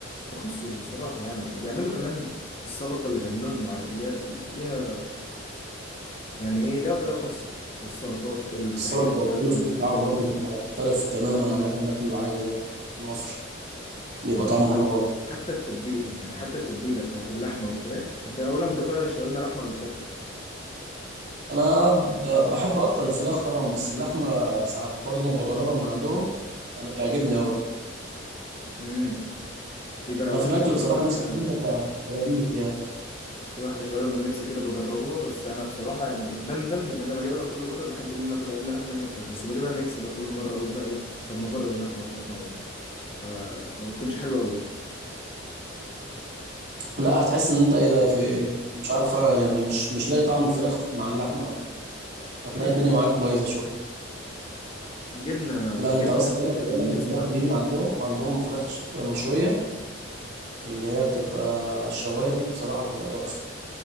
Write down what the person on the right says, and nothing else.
السلطة والفول
الصوص بتاعهم برضه بيبقى مختلف تماما عن اللي احنا بناكله العادي ده المصري بيبقى طعمه حلو قوي
انا ب- بحب اكتر الفراخ طبعا بس اللحمه ساعات برضه ما بجربها من عندهم انا بتعجبني قوي
انا
في الاكل
بصراحه نفسي
اعملها فبديك يعني
لا هتحس ان انت ايه ده في إيه؟ مش عارف يعني مش مش لاقي طعم الفراخ مع اللحمه هتلاقي
الدنيا معاك بايظه شويه
لا
انت بس
جرب
بيقول
لك الفراخ
دي من عندهم عندهم فراخ ش- مشويه اللي هي بتبقى على الشوايه دي بصراحه بتبقى تحفه